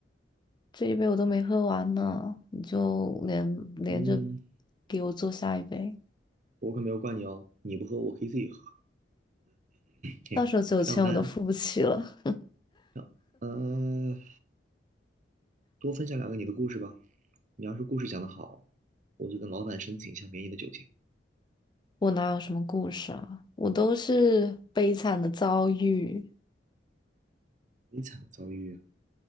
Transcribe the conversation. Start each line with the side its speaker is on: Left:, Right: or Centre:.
Left: 这一杯我都没喝完呢，你就连连着
Right: 嗯，
Left: 给我做下一杯，
Right: 我可没有怪你哦，你不喝我可以自己喝。嘿，
Left: 到时候酒钱我都付不起了。
Right: 上班上，呃，多分享两个你的故事吧。你要是故事讲得好，我就跟老板申请一下免你的酒钱。
Left: 我哪有什么故事啊？我都是悲惨的遭遇，
Right: 悲惨的遭遇啊，